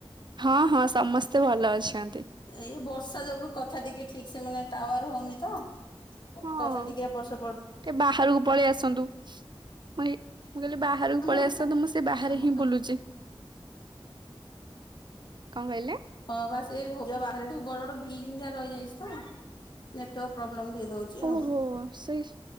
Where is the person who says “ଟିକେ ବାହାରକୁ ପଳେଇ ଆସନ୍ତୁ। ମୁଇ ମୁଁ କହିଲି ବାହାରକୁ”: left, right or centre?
Right